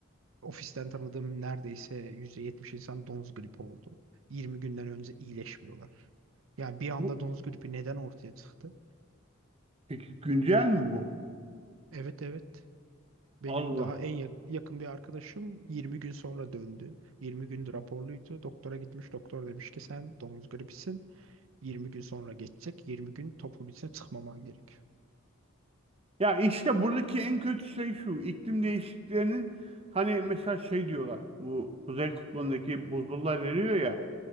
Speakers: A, on the right; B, on the right.
A: ofisten tanıdığım neredeyse %70 insan domuz gripi oldu. yirmi günden önce iyileşmiyorlar. Yani bir anda
B: Bu,
A: domuz gripi neden ortaya çıktı?
B: peki güncel mi bu?
A: Evet evet. Benim
B: Allah.
A: daha en yak- yakın bir arkadaşım 20 gün sonra döndü. 20 gündür raporluydu. Doktora gitmiş. Doktor demiş ki sen domuz gribisin. 20 gün sonra geçecek. 20 gün toplum içine çıkmaman gerek.
B: Ya işte buradaki en kötü şey şu. iklim değişikliklerinin hani mesela şey diyorlar. Bu Kuzey Kutbu'ndaki buzullar eriyor ya.